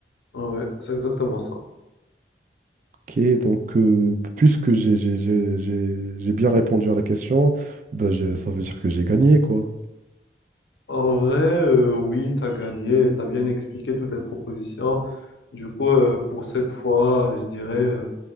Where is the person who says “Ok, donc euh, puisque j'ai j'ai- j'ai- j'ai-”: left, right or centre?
Right